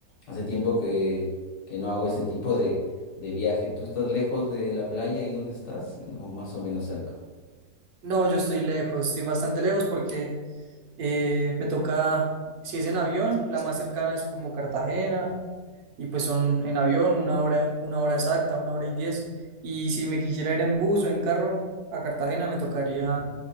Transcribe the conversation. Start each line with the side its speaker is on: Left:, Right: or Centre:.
Left: Hace tiempo que, que no hago ese tipo de, de viaje. ¿Tú estás lejos de la playa y dónde estás? ¿O más o menos cerca?
Right: No, yo estoy lejos, estoy bastante lejos porque eh, me toca, si es en avión, la más cercana es como Cartagena y pues son en avión una hora, una hora exacta, una hora y diez. Y si me quisiera ir en bus o en carro a Cartagena me tocaría